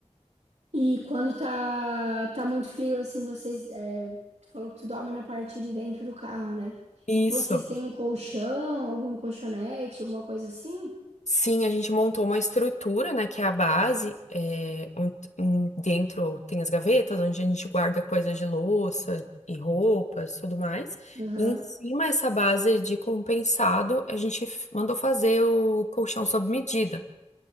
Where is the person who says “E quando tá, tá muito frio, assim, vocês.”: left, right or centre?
Right